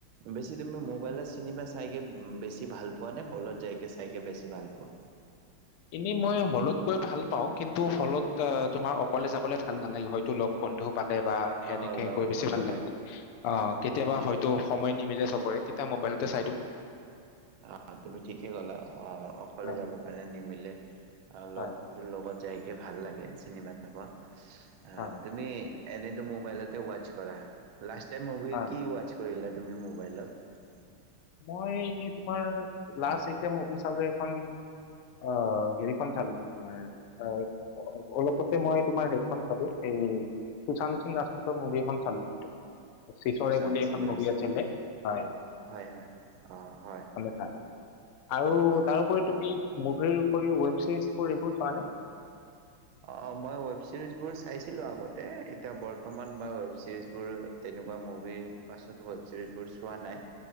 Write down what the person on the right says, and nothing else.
বেছ। তুমি মবাইলত চিনেমা চাইকে বেছি ভাল পোৱা নে হলত যাইকে চাইকে বেছি ভাল পোৱা।
অ লগ
বন্ধু
অ তুমি ঠিকেই কলা। অ অকলে
যাবৰ কাৰণে নিমিলে। অ
লগ বন্ধুৰ লগত, যাইকে ভাল লাগে চিনেমা চাবা। অ',
তুমি- এনেইতো মোবাইলতে ৱাচ কৰা। লাষ্ট টাইম মুভি
কি ৱাচ কৰিলা। তুমি মোবাইলত
সুশান্ত
সিং
ৰাজ
হয় হয় অ হয়
অ
অ', মই ওৱেবচিৰিজবোৰ চাইছিলো আগতে এতিয়া বৰ্তমান মই ওৱেবচিৰিজবোৰ তেনেকুৱা মুভিৰ পাছতো ওৱেবচিৰিজবোৰ চোৱা নাই।